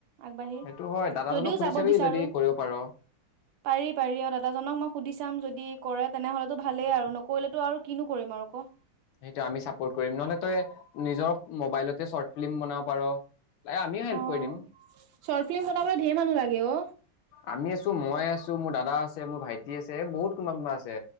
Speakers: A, on the right; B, on the left.
A: আগবাঢ়ি,
B: সেইটো হয় দাদাজনক
A: যদিও
B: সুধি
A: যাব
B: চাবি
A: বিচাৰো।
B: যদি কৰিব পাৰ
A: পাৰি পাৰি অ দাদাজনক মোক সুধি চাম যদি কৰে তেনেহ'লেতো ভালেই আৰু নকৰিলেতো আৰু কিনো কৰিম আৰু কক।
B: সেইটো আমি চাপৰ্ট কৰিম। নহলে তই নিজৰ মোবাইলতে চৰ্ট ফিল্ম বনাব পাৰ, লাগে আমিও হেল্প
A: অ
B: কৰি দিম
A: শৰ্ট ফিল্ম বনাবলৈ ঢেৰ মানুহ লাগে অ।
B: আমি আছো, মই আছো, মোৰ দাদা আছে, মোৰ ভাইটি আছে, বহুত কোনোবা কোনোবা আছে।